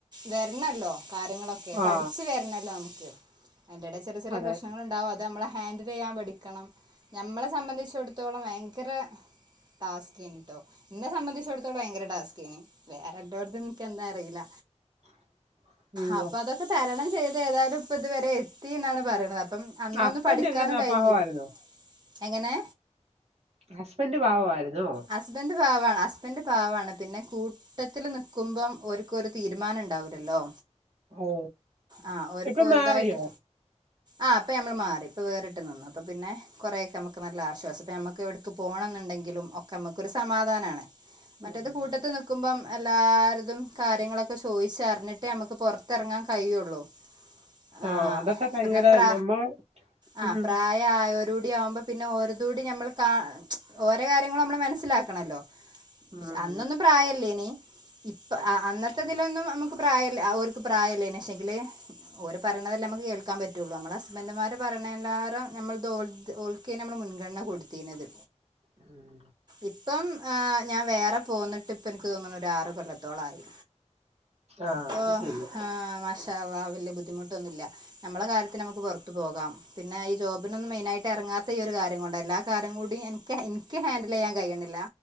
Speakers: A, on the right; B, on the right.
A: വരണല്ലോ കാര്യങ്ങളൊക്കെ ഒക്കെ
B: ആ
A: പഠിച്ചു വരണല്ലോ നമുക്ക് അതിന്റെ ചെറിയ ചെറിയ
B: അതെ
A: പ്രശ്നം ങ്ങളുണ്ടാവും അത് നമ്മള് ഹാൻഡിൽ ചെയ്യാൻ പഠിക്കണം ഞമ്മളെ സംബന്ധിച്ചടത്തോളം ഭയങ്കര ടാസ്ക് എന്തോ എന്നെ സംബന്ധിച്ചിടത്തോളം ഭയങ്കര ടാസ്കാണ് വേറെ ളോരെതൊന്നും എനിക്ക് എന്താ അറിയില്ല
B: <inaudible> അയ്യോ
A: അപ്പൊ അതൊക്കെ തരണം ചെയ്ത് ഏതായാലും ഇപ്പ ഇതുവരെ എത്തിന്നാണ് പറയണത് അപ്പം. അന്നൊന്നും
B: ഹസ്ബൻഡ്
A: പഠിക്കാനും
B: എങ്ങനാ
A: കഴിഞ്ഞില്ല.
B: പാവമായിരുന്നോ
A: എങ്ങനെ
B: ഹസ്ബൻഡ് പാവമായിരുന്നോ
A: ഹസ്ബൻഡ് പാവാണ്. ഹസ്ബൻ് പാവാണ്. പിന്നെ കൂ ട്ടത്തില് നിക്കുമ്പം ഓര്ക്കൊരു തീരുമാനം ണ്ടാവില്ലല്ലോ
B: ഓ
A: ആഹ് ഓര്ക്ക്
B: ഇപ്പൊ
A: ഓരുതായിട്ട്
B: മാറിയോ
A: ആഹ് പ്പം നമ്മൾ മാറി. ഇപ്പൊ വേറിട്ട് നിന്നു. അപ്പൊ പിന്നെ കുറെക്കെ നമുക്ക് നല്ല ആശ്വാസം. പിന്നെ നമുക്ക് എവിടെങ്കിലും പോണംന്നുണ്ടെങ്കിലും ഒ ക്കെ നമുക്കൊരു സമാധാനാണ്. മറ്റേത്
B: ഉം
A: കൂട്ടത്ത്നി ക്കുമ്പം എല്ലാര്തും കാര്യങ്ങളൊക്കെ ചോയിച്ചറിഞ്ഞിട്ടേ നമുക്ക് പുറത്തറങ്ങാൻ കഴിയുള്ളൂ.
B: <inaudible>
A: ആഹ്
B: അതൊക്കെ ഭയങ്കര
A: പിന്നെ പ്ര
B: നമ്മൾ
A: ആഹ്
B: ഉം
A: പ്രായ ആയോരൂടി ആഉമ്പ പിന്നെ ഓരതൂടി നമ്മൾ കാ ഓരെ കാര്യങ്ങളും നമ്മൾ മനസ്സിലാക്കണല്ലോ
B: ഉം
A: അന്നൊന്നും പ്രായല്ലേനി ഇപ്പ ആഹ് അന്നത്തെ ഇതിലൊന്നും നമുക്ക് പ്രായല്ല ഓര്ക്ക് പ്രായല്ലേനി ക്ഷെങ്കില് ഓര് പറയണതെല്ലേ നമുക്ക് കേൾക്കാൻ പറ്റുള്ളൂ. നമ്മള ഹസ്ബൻഡ്മാര് പറയണേലാറെ നമ്മൾത് ഓൽത് ഓൽ ക്കെ നമ്മള് മുൻഗണന കൊടുതീനത്
B: ഉം
A: ഇപ്പം ഏഹ് ഞാൻ വേറെ പോന്നിട്ട് ഇപ്പൻക്ക് തോന്നണ ഒരു ആറ് കൊല്ലത്തോളായി
B: ആ
A: പ്പോ
B: അത് ശരിയാ
A: ആഹ് മാഷ് ഷാ അള്ളാഹ് വല്യ ബുദ്ധിമുട്ടൊന്നുംല്ല. നമ്മുടെ കാര്യത്തിന് നമുക്ക് പുറത്തു പോകാം പിന്നെ ഈ ജോബിനൊന്നും മെയിന് ആയി ഇറങ്ങാത്ത ഈ ഒരു കാര്യം കൊണ്ടാ എല്ലാ കാര്യം കൂടി എനിക്ക് എനിക്ക് ഹാൻഡിൽയ്യാൻ കയ്യ്ണില്ല